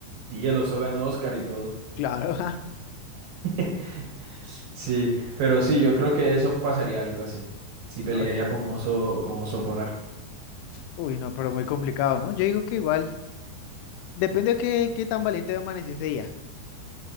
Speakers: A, on the right (about 65°); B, on the left (about 85°).
A: Sí, el oso ganó Oscar y todo.
B: Claro. ja.
A: <laughs> Sí, pero sí, yo creo que eso pasaría algo así. Sí, pelearía
B: Uy,
A: con oso, con oso polar.
B: uy, no, pero muy complicado, ¿no? Yo digo que igual. Depende de qué, qué tan valiente amanece ese día.